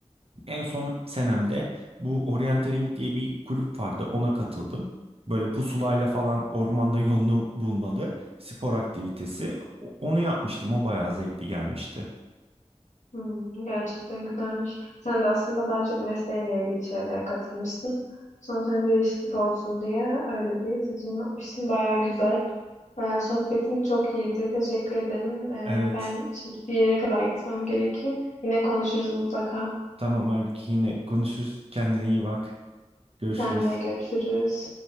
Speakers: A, on the right (about 55°); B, on the left (about 85°).
A: en son senemde bu orienteering diye bir kulüp vardı. Ona katıldım. Böyle pusulayla falan ormanda yolunu bulmalı spor aktivitesi. O- Onu yapmıştım. O bayağı zevkli gelmişti.
B: Hmm, gerçekten güzelmiş. Sen de aslında daha çok mesleğinle ilgili şeylere katılmışsın. Son sene bir değişiklik olsun diye öyle bir seçim yapmışsın. Baya güzel. Ee, sohbetin çok iyiydi. Teşekkür ederim. Ee,
A: Evet.
B: ben şimdi bir yere kadar gitmem gerekiyor. Yine konuşuruz mutlaka.
A: Tamam abi yine konuşuruz. Kendine iyi bak. Görüşürüz.
B: Sen de görüşürüz.